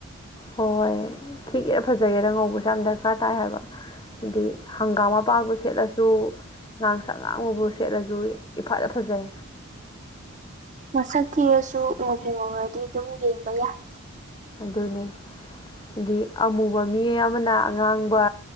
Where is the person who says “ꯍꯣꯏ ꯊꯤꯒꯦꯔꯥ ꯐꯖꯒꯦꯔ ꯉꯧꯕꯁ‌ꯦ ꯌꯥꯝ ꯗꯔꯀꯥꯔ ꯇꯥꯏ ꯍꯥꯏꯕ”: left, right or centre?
Left